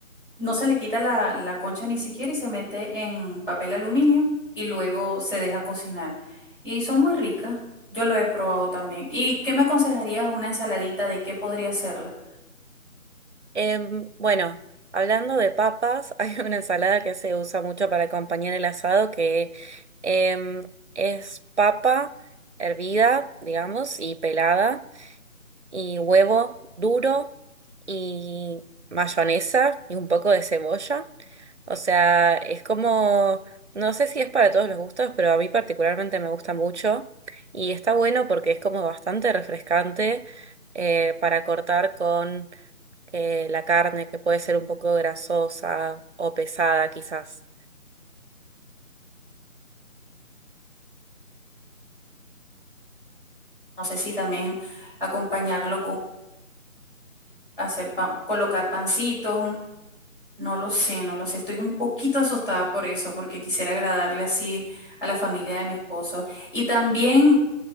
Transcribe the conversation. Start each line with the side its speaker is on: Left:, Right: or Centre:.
Left: No se le quita la, la concha ni siquiera y se mete en papel aluminio y luego se deja cocinar. Y son muy ricas. Yo lo he probado también. ¿Y qué me aconsejarías una ensaladita de qué podría hacerla?
Right: Em, bueno, hablando de papas, <laughs> hay una ensalada que se usa mucho para acompañar el asado que em, es papa hervida, digamos, y pelada. y huevo duro y mayonesa y un poco de cebolla. O sea, es como, no sé si es para todos los gustos, pero a mí particularmente me gusta mucho y está bueno porque es como bastante refrescante eh, para cortar con eh, la carne que puede ser un poco grasosa o pesada quizás.
Left: No sé si también acompañarlo con hacer pan, colocar pancitos. No lo sé, no lo sé. Estoy un poquito asustada por eso, porque quisiera agradarle así a la familia de mi esposo. Y también